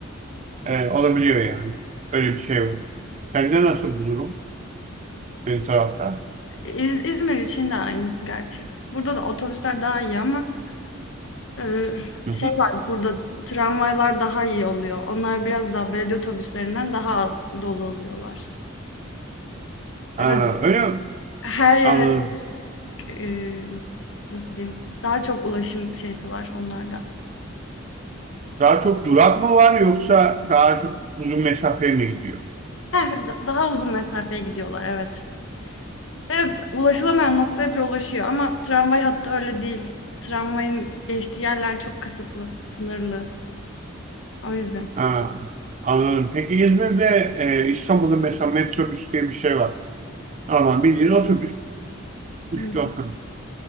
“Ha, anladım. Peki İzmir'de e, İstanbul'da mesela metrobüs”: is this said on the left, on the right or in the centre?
Right